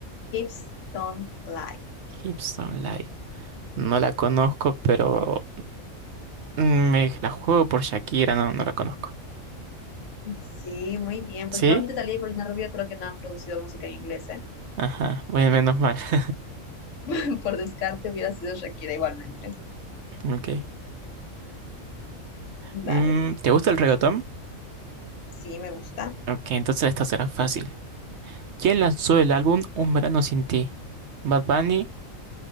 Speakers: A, on the left; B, on the right.
A: Hips Don't Lie.
B: Gibson Live. No la conozco, pero mm, me la juego por Shakira, no, no la conozco.
A: Sí, muy bien, porque
B: ¿Sí?
A: igualmente Thalía y Paulina Rubio creo que no han producido música en inglés, ¿eh?
B: Ajá, bueno, menos mal. <laughs>
A: <laughs> Por descarte hubiera sido Shakira igualmente.
B: Ok. Mm,
A: Dale,
B: ¿te gusta el reggaetón?
A: sí, me gusta.
B: Ok, entonces esta será fácil. ¿Quién lanzó el álbum Un verano sin ti? ¿Bad Bunny,